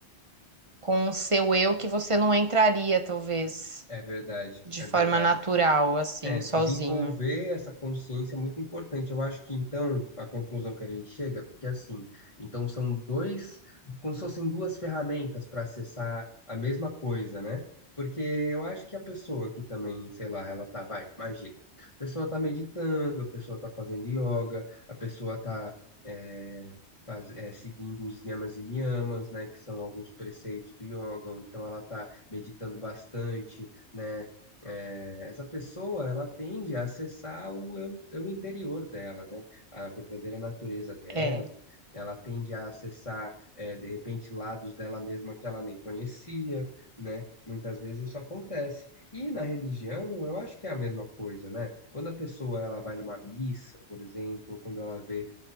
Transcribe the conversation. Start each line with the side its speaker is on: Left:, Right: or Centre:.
Right: com o seu eu que você não entraria, talvez,
Left: É verdade,
Right: de
Left: é verdade.
Right: forma natural, assim,
Left: É,
Right: sozinho.
Left: desenvolver essa consciência é muito importante. Eu acho que então a conclusão que a gente chega, porque assim, então são dois, como se fossem duas ferramentas para acessar a mesma coisa, né? Porque eu acho que a pessoa que também, sei lá, ela tá, vai, imagina, a pessoa tá meditando, a pessoa tá fazendo yoga, a pessoa tá é, faz- é, seguindo os yamas e niyamas, né, que são alguns preceitos do yoga, ou então ela tá meditando bastante né é, essa pessoa, ela tende a acessar o eu, eu interior dela, né? A verdadeira natureza dela.
Right: É.
Left: Ela tende a acessar, é, de repente, lados dela mesma que ela nem conhecia, né? Muitas vezes isso acontece. E na religião, eu acho que é a mesma coisa, né? Quando a pessoa ela vai numa missa, por exemplo, ou quando ela vê,